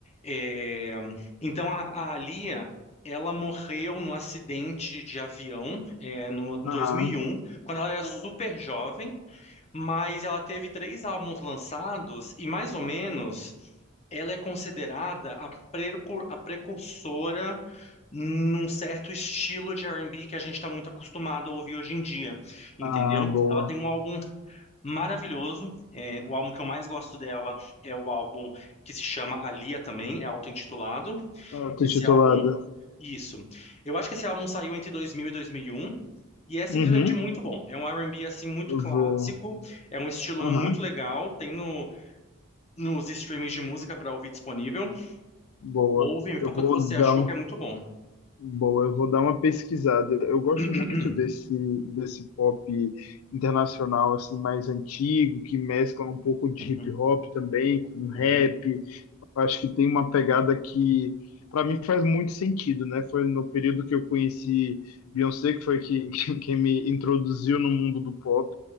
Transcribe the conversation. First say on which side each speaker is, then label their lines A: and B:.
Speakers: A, on the left; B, on the left.
A: É, então, a, a Lia, ela morreu num acidente de avião, é, no, em
B: Aham.
A: 2001, quando ela era Ah, super jovem. Mas ela teve três álbuns lançados e, mais ou menos, ela é considerada a, precur- a precursora num certo estilo de R&B que a gente está muito acostumado a ouvir hoje em dia, entendeu?
B: Ah, boa.
A: Ela tem um álbum maravilhoso, é, o álbum que eu mais gosto dela é o álbum que se chama Alia também, é auto-intitulado.
B: Ah,
A: Esse
B: tô titulada.
A: álbum, isso. Eu acho que esse álbum saiu entre 2000 e 2001. E é simplesmente
B: Uhum.
A: muito bom. É um R&B assim muito
B: Eu
A: clássico,
B: vou.
A: é um estilo
B: Aham.
A: muito legal, tem no, nos streamings de música para ouvir disponível.
B: Boa.
A: Ouve, me
B: Eu
A: fala
B: vou
A: o que você
B: dar
A: achou
B: um.
A: que é muito bom.
B: Boa, eu vou dar uma pesquisada. Eu
A: <clears throat>
B: gosto muito desse, desse pop internacional assim mais antigo, que mescla um pouco de
A: Uhum,
B: hip hop também com rap.
A: uhum,
B: Eu acho que tem uma pegada que, para mim, faz muito sentido, né? Foi no período que eu conheci Beyoncé, que foi que, <laughs> quem me introduziu no mundo do pop,